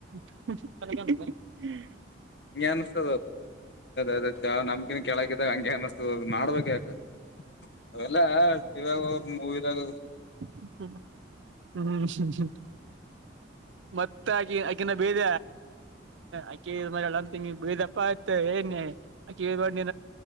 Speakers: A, on the right; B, on the left.
A: ಕ
B: ಹಂಗೆ ಅನ್ಸ್ತ ಅದ ಕೆಳಾ ನಮ್ಗನ್ ಕೆೇಳಕಿದ ಹಂಗೆ ಅನ್ಸ್ತದದ್ ಮಾಡ್ಬೇಕ ಆ್ತ ಅವಲ್ಲಿವಾಗ ಮೂವಿ ಇದಿದಾಗ
A: ಹ ಹ್ಮ್ ಹ್ಮ ಹ್ಮ ಮತ್ತ ಆಕ ಆಕಿನ ಬೀದ ಅಕಿ ಮ ಎಂಗಿ ಬೇದಪ್ಪ ಆಯ್ತ ಅೆಳ್ ಬ ನೀ